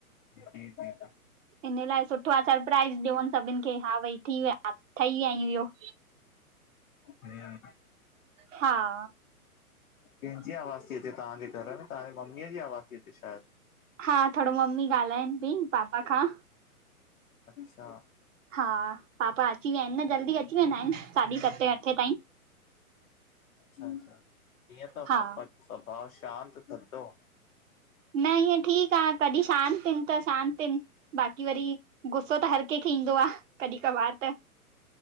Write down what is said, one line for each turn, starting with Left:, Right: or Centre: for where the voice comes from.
Left: जी जी
Right: इन लाइ सुठो आहे सरप्राइज़ ॾियोन सभिनि खे, हा भई थी विया ठही विया आयूं इहो।
Left: हम्म।
Right: हा
Left: कंहिंजी आवाज़ थी अचे तव्हांजे घर में, तव्हांजी मम्मी जी आवाज़ थी अचे शायद।
Right: हा थोरो ममी ॻाल्हाइनि पयी पापा खां।
Left: अच्छा।
Right: हा पापा अची विया आहिनि न जल्दी अची वेंदा आहिनि साढी सते अठे ताईं।
Left: अच्छा अच्छा, कीअं तव
Right: हा
Left: पापाजो स्वभाव शांति, थदो।
Right: न ईअं ठीक आ कॾहिं शांत इन त शांत ईन। बाक़ी वरी गुस्सो त हर कंहिंखे ईंदो आ कॾहिं कॿार त।